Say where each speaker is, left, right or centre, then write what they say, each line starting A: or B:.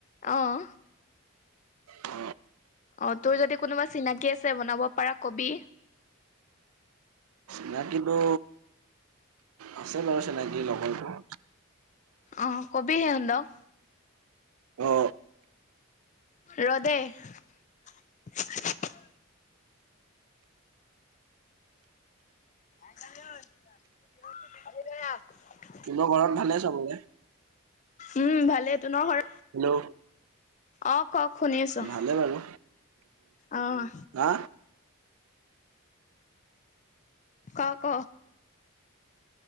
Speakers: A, on the left; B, on the right.
A: আহ
B: উ
A: অ তোৰ যদি কোনোবা চিনাকি আছে বনাব পাৰা কবি
B: চিনাকিতো আছে বাৰু চিনাকি লগৰটো
A: অহ কবি সিহতক
B: অ
A: ৰ দেই <unintelligible> <unintelligible>
B: তোমাৰ ঘৰত ভালেই চাবলৈ
A: উম ভালে তোনৰ ঘৰ
B: হেল্ল'
A: অ কওক শুনি আছো
B: ভালে বাৰু
A: আহ
B: হা
A: ক ক